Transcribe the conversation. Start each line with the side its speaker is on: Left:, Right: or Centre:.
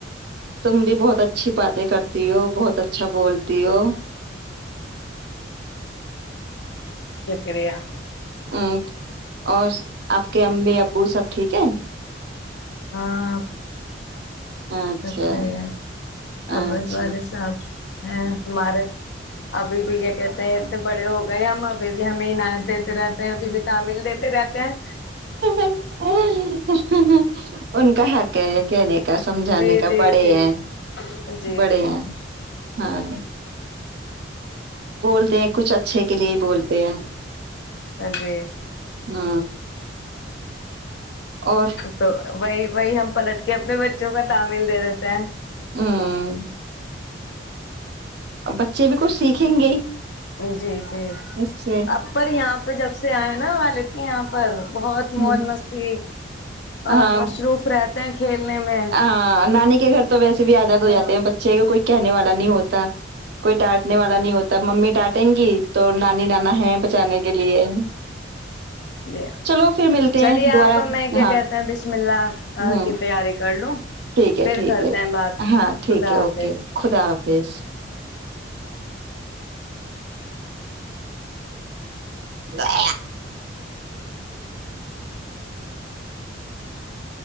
Right: تم بھی بہت اچھی باتیں کرتی ہو بہت اچھا بولتی ہو
Left: شکریہ
Right: ہ اور آپ کے امی ابو سب ٹھیک ہے
Left: ہ <inaudible>
Right: اچھا
Left: سب صحیح ہے اباز
Right: اچھا
Left: والد صاحب ہمارے ابھی بھی کیا کہتے ہیں اتنے بڑے ہو گئے ہم ابھی بھی ہمیں عنایت دیتے رہتے ہیں ابھی بھی تعمل دیتے رہتے ہیں
Right: <inaudible> ان کا حق ہے کہنے سمجھانے
Left: جی
Right: کا
Left: جی
Right: بڑے
Left: جی
Right: ہیں
Left: جی
Right: بڑے
Left: جی
Right: ہیں ہاں بولتے ہیں کچھ اچھے کے لیے ہی بولتے ہیں
Left: جی
Right: ہ اور
Left: تو وہی وہی ہم پلٹ کے اپنے بچوں کا تعمل دے دیتے ہیں
Right: ہاں ا بچے بھی کچھ سیکھیں گے ہی
Left: جی جی
Right: اس سے
Left: اپر یہاں پہ جب سے آئ نا وال ل کی آاں پر بہت موج
Right: ہ
Left: مستی
Right: ہاں
Left: اور مصروف رہتے ہیں کھیلنے میں
Right: ہاں نان <unintelligible> تو ویسے بھی آزاد ہواتے
Left: ہاں
Right: ہیں بچے کوئی کہنے والا نہیں ہوتا کوئی ڈانٹنے والا نہیں ہوتا ممی ڈانٹیں گی تو نانی جانا ہے بچانے کے لیے
Left: ج
Right: چلو پھر ملتے
Left: چلیے
Right: ہیں دوبارہ
Left: آپ میں کیا
Right: ہاں
Left: کہتے ہیں بشم اللہ
Right: ہ
Left: کی تیاری کر لوں
Right: ٹھیک ہے
Left: پھر
Right: ٹھیک
Left: کرتے
Right: ہے
Left: ہیں بات
Right: ہاں ٹھیک
Left: خدا
Right: ہے
Left: حافظ
Right: اوکے خدا راکیش <inaudible>